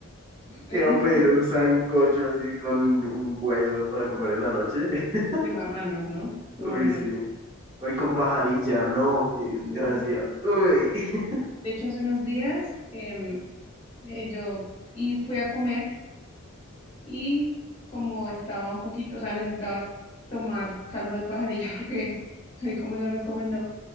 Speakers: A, on the left (about 25°); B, on the right (about 20°).
A: pero
B: que va
A: no,
B: a pedir un sancocho así con un hueso para comer en la noche. <laughs>
A: de marrano, ¿no? Sumándole.
B: Uy, sí. Hoy con pajarilla, no, qué desgracia.
A: No,
B: Uy, <laughs>
A: de hecho hace unos días em, eh, yo y fui a comer y como estaba un poquito, o sea, necesitaba tomar caldo de pajarilla <laughs> porque ahí como lo recomendó,